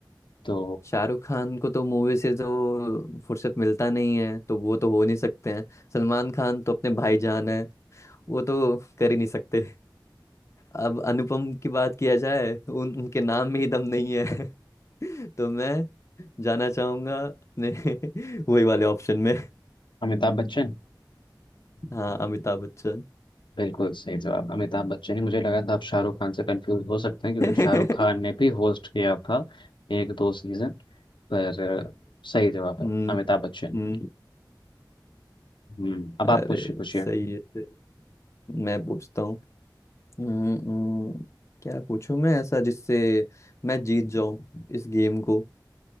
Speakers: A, on the left; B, on the left.
A: तो
B: शाहरुख खान को तो मूवी से तो फुर्सत मिलता नहीं है तो वो तो हो नहीं सकते हैं सलमान खान तो अपने भाईजान है वो तो कर ही नहीं सकते अब अनुपम की बात किया जाए उन उनके नाम में ही दम नहीं है <laughs> तो मैं जाना चाहूंगा अपने <laughs> वही वाले ऑप्शन में
A: अमिताभ बच्चन
B: हाँ अमिताभ बच्चन
A: बिल्कुल सही जवाब अमिताभ बच्चन ही मुझे लगा था आप शाहरुख खान से कंफ्यूज हो सकते हैं क्योंकि
B: अच्छा,
A: शाहरुख खान ने भी होस्ट किया था एक दो सीजन पर अ, सही जवाब है
B: हम्म
A: अमिताभ बच्चन
B: हम्म,
A: हम्म अब
B: अरे
A: आप पूछिए पूछिए
B: सही है सही। मैं पूछता हूँ हम्म, हम्म, क्या पूछूं मैं ऐसा जिससे मैं जीत जाऊं इस गेम को